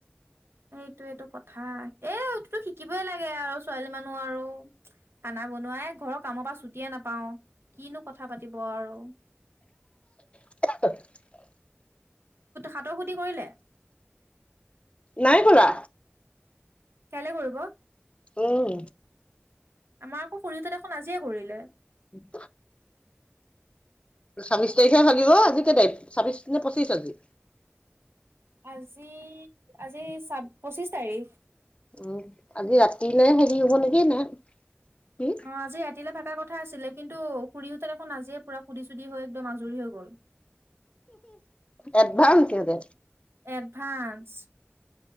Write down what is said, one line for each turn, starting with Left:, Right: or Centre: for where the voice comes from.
Right: এইটোৱে টো কথা, এ এইটোটো শিকিবই লাগে আৰু ছোৱালী মানুহ আৰু, খানা খানা বনোৱাই ঘৰৰ কামৰ পৰা ছুটিয়ে নাপাওঁ, কিনো কথা পাতিব আৰু <inaudible>
Left: <unintelligible>
Right: সাতৰ খোধি কৰিলে?
Left: নাই কৰা।
Right: কাইলে কৰিব?
Left: উম।
Right: আমাৰ আকৌ খুৰীহতে দেখোন আজিয়ে কৰিলে।
Left: <unintelligible> ছাব্বিশ তাৰিখে ভাগিব, আজি কেই তাৰিখ? ছাব্বিশ নে পঁচিশ আজি?
Right: আজি, আজি চা পঁচিশ তাৰিখ।
Left: উম, আজি ৰাতিলে হেৰি হ'ব নেকি? নে কি?
Right: অ'আজি ৰাতিলে থকা কট থকা আছিলে কিন্তু খুুৰী হতে দেখোন আজিয়ে পুৰা সুধি চুধি হৈ একদম আজৰি হৈ গ'ল।
Left: এডভান্স সিহঁতে।
Right: এডভান্স।